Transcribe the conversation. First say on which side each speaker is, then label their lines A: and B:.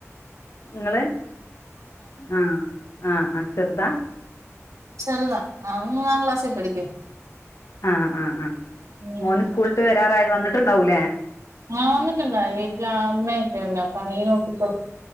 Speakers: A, on the left (about 85°); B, on the right (about 80°).
A: ങ്ങള് ആഹ് ആഹ് ആഹ് ചെറുതാ
B: ചെറുതാ ആഹ് മൂന്നാം ക്ലാസിൽ പഠിക്ക്‌യാ
A: ആഹ് ആഹ് ആഹ്.
B: ഉം
A: മോന് സ്കൂൾട്ട് വരാറായി വന്നിട്ടുണ്ടാവൂലേ
B: ആഹ് വന്നിട്ടുണ്ടായി വീട്ടില് അമ്മയൊക്കെ ഉണ്ട് അപ്പ അവര് നോക്കിക്കൊളും